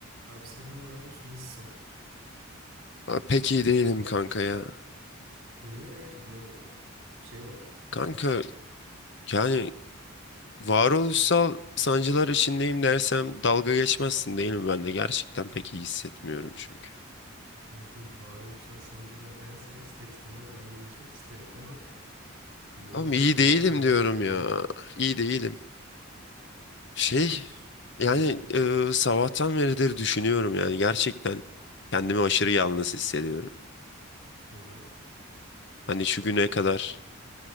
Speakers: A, on the right; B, on the left.
A: Abi selam, ne yapıyorsun? Nasılsın?
B: Ha, Pek iyi değilim kanka ya.
A: Niye? Hayırdır, ne oldu? Bir şey mi oldu?
B: Kanka yani varoluşsal sancılar içindeyim dersem dalga geçmezsin değil mi? Ben de gerçekten pek iyi hissetmiyorum çünkü.
A: Abi şimdi varoluşsal sancılar dersen ister istemez dalga geçmek isterim ama neyin
B: Ama
A: var
B: iyi
A: onu
B: değilim
A: bir öğren
B: diyorum
A: öğreneyim.
B: ya. İyi değilim. Şey
A: S-
B: yani
A: Hı
B: e, sabahtan beridir düşünüyorum yani gerçekten kendimi aşırı yalnız hissediyorum.
A: hı. hı.
B: Hani şu güne kadar